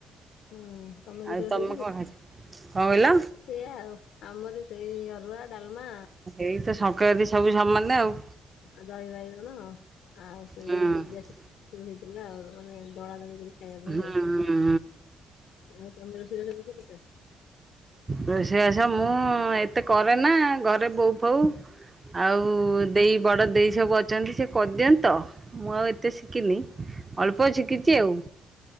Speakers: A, on the left; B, on the right.
A: ହଁ ତମେ
B: ଆଉ
A: <unintelligible> ବସୁ ଯିବତ,
B: କଣ ଖାଇଛ କଣ କହିଲ?
A: ସେଆ ଆଉ, ଆମର ସେଇ ଅରୁଆ ଡାଲମା।
B: ଏଇତ ସଂକ୍ରାନ୍ତି ସବୁ ସମାନେ ଆଉ,
A: ଆଉ ଦହିବାଇଗଣ ଆଉ ସେ
B: ହୁଁ
A: ଯୋ <unintelligible> ପୁରି ହେଇଥିଲା। ଆଉ ଦଳା ଦଳି କରି, ଖାଇବା ପାଇଁ
B: ହୁଁ
A: ଆଉ।
B: ହୁଁ ହୁଁ
A: ଆଉ ତମର ସିରାଦ କି ପିତା।
B: ରୋଷେଇବାସ ମୁଁ ଏତେ କରେନା। ଘରେ ବୋଉ ଫୋଉ, ଆଉ ଦେଇ ବଡ଼ ଦେଇ ସବୁ ଅଛନ୍ତି ସେ କରିଦିଅନ୍ତ ତ, ମୁଁ ଆଉ ଏତେ ଶିଖିନି ଅଳ୍ପ ଶିଖିଛି ଆଉ,